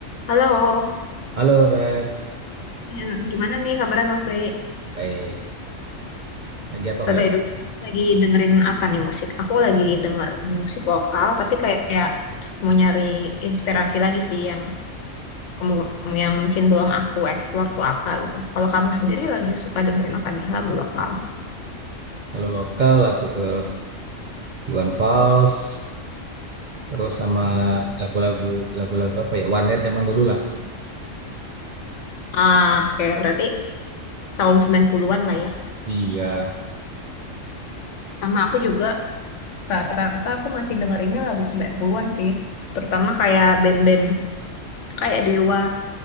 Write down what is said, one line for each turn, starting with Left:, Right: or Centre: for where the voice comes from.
Left: Halo,
Right: Halo Feb,
Left: ya, gimana nih kabarnya Nafri?
Right: baik. Lagi apa Feb?
Left: bye dulu. Lagi dengerin apa nih musik? Aku lagi dengerin musik lokal, tapi kayak mau nyari inspirasi lagi sih yang kamu yang mungkin belum aku explore tuh apa gitu. Kalau kamu sendiri lagi suka dengerin apa nih lagu lokal?
Right: Kalau lokal aku ke Iwan Fals, terus sama
Left: Hmm.
Right: lagu-lagu lagu-lagu apa ya? Warnet zaman dulu lah.
Left: Ah, oke, berarti tahun 90-an lah ya.
Right: Iya.
Left: Sama aku juga rata-rata aku masih dengerinnya lagu 90-an sih. Terutama kayak band-band kayak Dewa